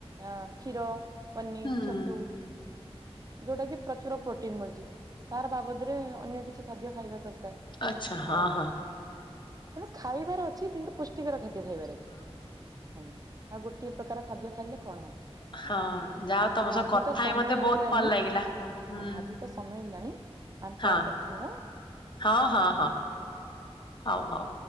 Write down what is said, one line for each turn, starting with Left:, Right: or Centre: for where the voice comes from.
Right: ଅ କ୍ଷୀର ପନିର୍,
Left: ହୁଁ
Right: ଛତୁ, ଯୋଉଟା କି ପ୍ରଚୁର ପ୍ରୋଟିନ୍ ମିଳୁଚି। ତାର ବାବଦରେ ଅନ୍ୟ କିଛି ଖାଦ୍ୟ ଖାଇବା ଦରକାର୍।
Left: ଆଚ୍ଛା ହଁ
Right: ଆଉ
Left: ହଁ
Right: ତେଣୁ ଖାଇବାର ଅଛି କିନ୍ତୁ ପୃ ପୁଷ୍ଟକାର ଖାଦ୍ୟ ଖାଇବାର ଅଛି। ହଁ, ଆଉ ଗୋଟିଏ ପ୍ରକାର ଖାଦ୍ୟ ଖାଇଲେ କଣ ହବ?
Left: ହଁ, ଯାହା ହଉ ତମ
Right: ହଉ ଆଜି
Left: ସହ କଥା
Right: ତ ସମୟ
Left: ହେଇ ମତେ
Right: ହେଇଗଲାଣି।
Left: ବହୁତ ଭଲ ଲାଗିଲା। ହୁଁ
Right: ହଁ ଆଜି ତ ସମୟ ହେଲାଣି ଆମ
Left: ହଁ
Right: ପରେ କଥା ହବା।
Left: ହଁ ହଁ ହଁ, ହଉ ହଉ।